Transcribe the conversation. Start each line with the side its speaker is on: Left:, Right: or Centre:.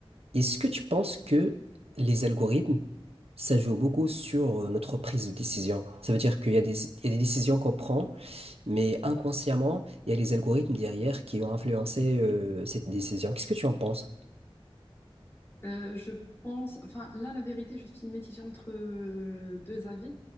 Right: Est-ce que tu penses que les algorithmes, ça joue beaucoup sur euh, notre prise de décision? Ça veut dire qu'il y a des, il y a des décisions qu'on prend, mais inconsciemment, il y a les algorithmes derrière qui ont influencé euh, cette décision. Qu'est-ce que tu en penses?
Left: Euh, je pense, enfin là, la vérité, je suis mitigée entre euh, deux avis.